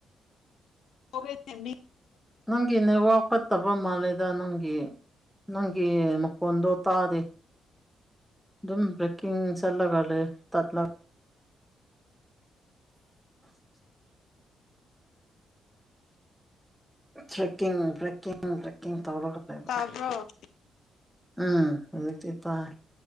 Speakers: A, on the left; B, in the centre.
A: ꯑꯣꯦ ꯆꯃꯤ <unintelligible>
B: ꯅꯪꯒꯤ ꯅꯦꯠꯋꯥꯔꯛ ꯐꯠꯇꯕ ꯃꯥꯂꯦꯗ ꯅꯪꯒꯤ ꯅꯪꯒꯤ ꯃꯈꯣꯟꯗꯣ ꯇꯥꯗꯦ ꯑꯗꯨꯝ ꯀꯤꯡ ꯆꯠꯂꯒ ꯂꯩꯌꯦ ꯇꯠ ꯂ <inaudible> ꯇ꯭ꯔꯦꯛꯀꯤꯡ ꯄ꯭ꯔꯦꯛꯀꯤꯡ ꯄ꯭ꯔꯦꯛꯀꯤꯡ ꯇꯧꯔꯒ ꯂꯩꯕ
A: ꯇꯥꯕ꯭ꯔꯣ
B: ꯎꯝ ꯍꯟꯗꯛꯇꯤ ꯇꯥꯢ